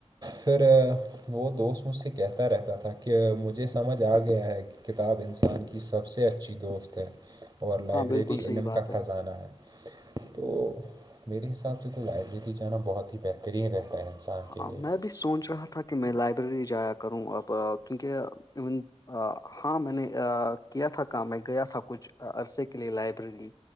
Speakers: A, on the right; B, on the left.
A: پھر وہ دوست مجھ سے کہتا رہتا تھا کہ مجھے سمجھ آ گیا ہے کہ کتاب انسان کی سب سے اچھی دوست ہے اور لائبریری
B: ہاں بالکل صحیح
A: علم
B: بات
A: کا
B: ہے
A: خزانہ ہے تو میرے حساب سے تو لائبریری جانا بہت ہی بہترین رہتا ہے انسان
B: ہاں
A: کے لیے
B: میں بھی سوچ رہا تھا کہ میں لائبریری جایا کروں اب کیونکہ ایون ہاں میں نے کیا تھا کام میں گیا تھا کچھ عرصے کے لیے لائبریری